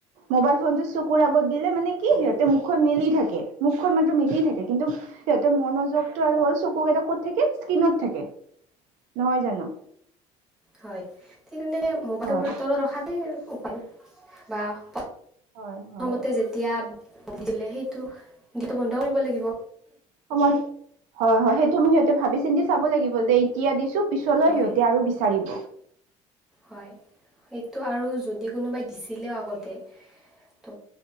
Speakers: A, on the right; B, in the centre.
A: মোবাইল ফোনটো চকুৰ আগত দিলে মানে
B: দিলে
A: কি সিহঁতে মুখখন মিলি থাকে মুখখন মাত্ৰ মিলি থাকে কিন্তু সিহঁতৰ মনোযোগতটো আৰু হ'ল চকুকেইটা কত থাকে, স্কিনত থাকে নহয় জানো!
B: হয় সেটো মানে মোবাইলটো
A: হয়
B: হাতত ৰখাতে উপায় বা প্ৰথমতে
A: হয় হয়
B: যেতিয়া দিলে সেইটো দিটো বন্ধ কৰিব লাগিব
A: সময় হয় হয় সেইটো মোৰ সিহঁতে ভাবি চিন্তি চাব লাগিব যে তিয়া দিছোঁ পিছলৈ
B: হয়
A: সিহঁতে আৰু বিচাৰিব।
B: হয় সেইটো আৰু যদি কোনোবাই দিছিলেও আগতে, ত'